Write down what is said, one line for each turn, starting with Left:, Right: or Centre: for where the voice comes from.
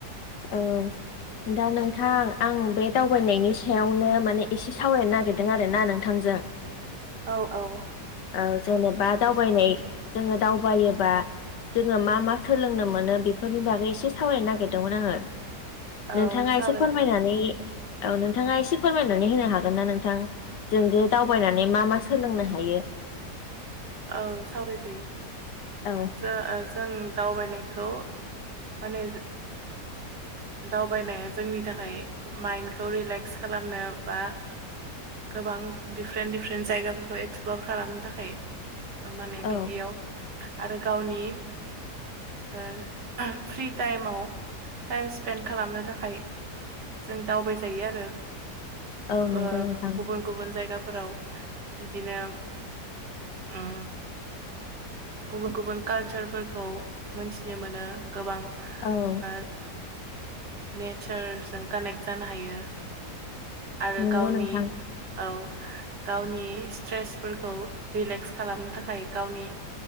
Left: औ दा नोंथां आं बे दावबायनायनि सायावनो माने एसे सावरायनो नागिरदों आर ना नोंथांजों
Right: औ औ
Left: औ जेनेबा दावबायनाय जोङो दावबायोबा जोङो मा मा सोलोंनो मोनो बेफोरनि बागै एसे सावरायनो नागिरदोंमोन आङो
Right: औ
Left: नोंथाङा
Right: सावरायसै
Left: एसे फोरमायनानै औ नोंथाङा एसे फोरमायनानै होनो हागोन ना नोंथां जों ज दावबायनानै मा मा सोलोंनो हायो
Right: औ सावरायजायो
Left: औ
Right: ज जों दावबायनायखौ माने दावबायनाया जोंनि थाखाय माइन्डखौ रिलेक्स खालामनो बा गोबां दिडिफारेन्ट दिडफारेन्ट जायगाफोरखौ एक्सप्लर खालामनो थाखाय माने
Left: औ
Right: बिदियाव आरो गावनि ओ फ्रि टाइमाव टाइम स्पेन्ड खालामनो थाखाय जों दावबाय जायो
Left: औ
Right: गो-ओ
Left: नंगौ नोंथां
Right: गुबुन गुबुन जायगाफोराव बिदिनो ओ गुबुन गुबुन कालचारफोरखौ मोनथिनो मोनो गोबां
Left: औ
Right: ओ नेचारजों कानेक्ट जानो हायो आरो
Left: नंगौ
Right: गावनि
Left: नोंथां
Right: औ गावनि स्ट्रेसफोरखौ रिलेक्स खालामनो थाखाय गावनि